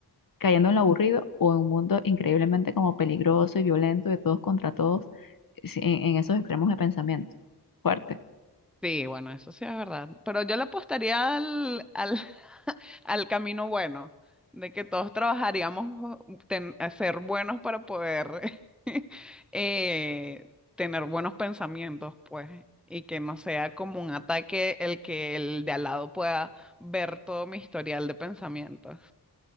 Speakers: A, on the left; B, in the centre.
A: cayendo en lo aburrido o en un mundo increíblemente como peligroso y violento de todos contra todos sí, en, en esos extremos de pensamiento. Fuerte.
B: Sí, bueno, eso sí es verdad. Pero yo le apostaría al, al, <laughs> al camino bueno, de que todos trabajaríamos ten- a ser buenos para poder <laughs> eh, tener buenos pensamientos, pues, y que no sea como un ataque el que el de al lado pueda ver todo mi historial de pensamientos.